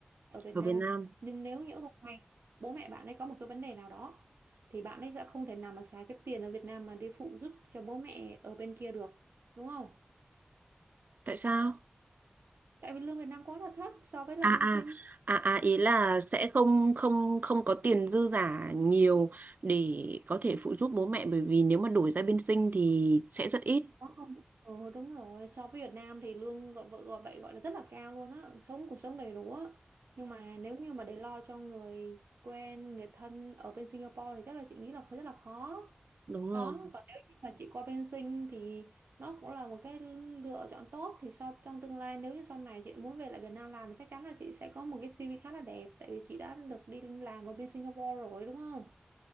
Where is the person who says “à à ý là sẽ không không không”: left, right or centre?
Right